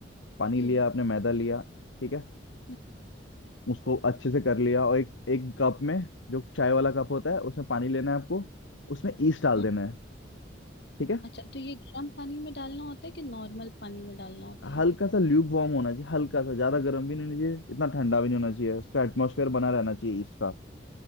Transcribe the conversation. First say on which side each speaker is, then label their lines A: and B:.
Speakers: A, on the left; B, on the left.
A: पानी
B: हम्म
A: लिया आपने मैदा लिया ठीक है
B: हम्म,
A: उसको अच्छे से कर लिया और एक एक कप में जो चाय वाला कप होता है उसमें पानी लेना है आपको उसमें ईस्ट डाल
B: हाँ
A: देना है ठीक है
B: अच्छा तो ये गर्म पानी में डालना होता है कि नॉर्मल पानी में डालना होता है
A: हल्का सा ल्यूक वार्म होना चाहिए हल्का सा ज्यादा गर्म भी नहीं होना चाहिए इतना ठंडा भी नहीं होना चाहिए उसका एटमोसफेयर बना रहना चाहिए ईस्ट का